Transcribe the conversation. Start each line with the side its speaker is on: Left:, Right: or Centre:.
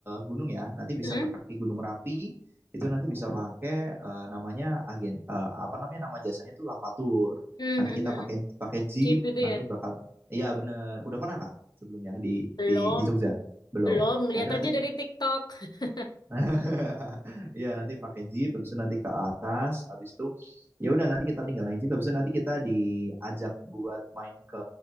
Right: gunung ya, nanti bisa
Left: Hmm?
Right: ke kaki Gunung Merapi. Itu nanti bisa pakai eh, namanya agen eh, apa namanya nama jasanya tuh Lavatur.
Left: Hmm,
Right: Nanti
Left: hmm,
Right: kita
Left: hmm, hmm.
Right: pakai pakai jeep,
Left: Jeep itu
Right: nanti
Left: ya?
Right: bakal iya bener. Udah pernah Kak sebelumnya di
Left: Belum.
Right: di di Jogja? Belum.
Left: Belum, ngeliat
Right: Nah, itu nanti
Left: aja dari TikTok. <laughs>
Right: <laughs> Iya nanti pakai jeep, habis itu nanti ke atas, habis itu ya udah nanti kita tinggal naik jeep, habis itu nanti kita diajak buat main ke